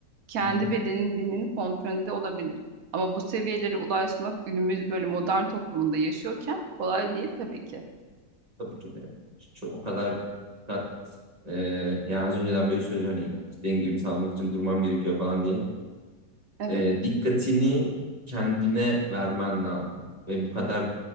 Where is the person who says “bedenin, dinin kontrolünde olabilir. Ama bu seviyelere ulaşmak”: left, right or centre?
Right